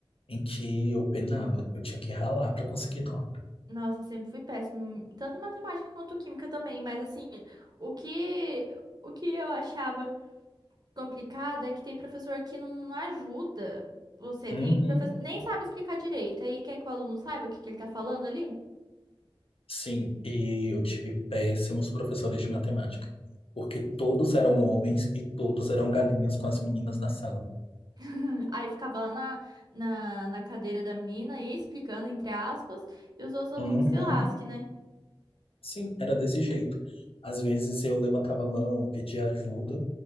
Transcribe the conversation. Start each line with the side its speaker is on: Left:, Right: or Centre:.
Left: em que eu penava, eu tinha que ralar para conseguir nota.
Right: Nossa, eu sempre fui péssimo, tanto em matemática quanto química também, mas assim, o que, o que eu achava complicado é que tem professor que não ajuda você,
Left: Uhum.
Right: tem professor, nem sabe explicar direito, aí quer que o aluno saiba o que que ele tá falando ali?
Left: Sim, e eu tive péssimos professores de matemática, porque todos eram homens e todos eram galinhas com as meninas da sala.
Right: <laughs> Aí ficava lá na, na, na cadeira da menina e explicando, entre aspas, e os outros alunos
Left: Uhum.
Right: que se lasquem, né?
Left: Sim, era desse jeito. Às vezes eu levantava a mão, pedia ajuda,